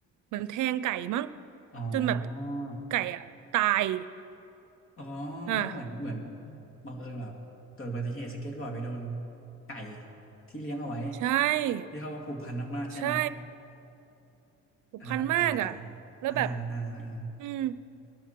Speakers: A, on the right (about 80°); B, on the left (about 45°).
A: เหมือนแทงไก่มั้ง
B: อ๋อ
A: จนแบบไก่อ่ะตาย
B: อ๋อ
A: อ่ะ
B: ก็เหมือนเหมือนบังเอิญแบบเกิดอุบัติเหตุสเก็ตบอร์ดไปโดนไก่ที่เลี้ยงเอาไว้
A: ใช่
B: ที่เขาว่าผูกพันมากๆใช่ไหม
A: ใช่ผูกพันมากอ่ะ
B: อ่ะแล้วก็ตาย
A: แล้วแบบ
B: อ่าอ่าอ่า
A: อืม